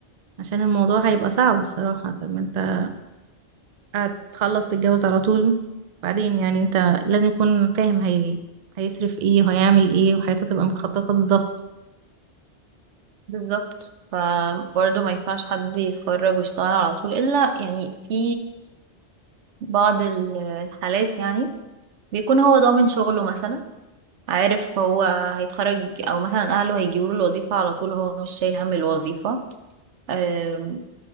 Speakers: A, on the right; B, on the right.
A: عشان الموضوع هيبقى صعب الصراحة طب ما انت هتخلص تتجوز على طول بعدين يعني انت لازم يكون فاهم هي... هيصرف ايه وهيعمل ايه وحياته تبقى متخططة بالظبط
B: بالظبط فبرضه ما ينفعش حد يتخرج ويشتغل على طول إلا يعني في بعض ال- الحالات يعني بيكون هو ضامن شغله مثلا عارف هو هيتخرج أو مثلا أهله هيجيبوا له الوظيفة على طول هو مش شايل هم الوظيفة أم،